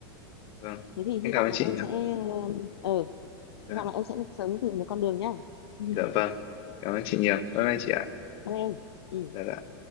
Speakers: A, on the left; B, on the left.
A: vâng
B: Thế thì hy
A: em cảm
B: vọng
A: ơn
B: là
A: chị
B: em
A: nhiều
B: sẽ ờ, ờ,
A: dạ
B: hy vọng là em sẽ sớm tìm được con đường nhá. <laughs>
A: dạ vâng cảm ơn chị nhiều bye bye chị ạ
B: Bye em. Ừ.
A: dạ dạ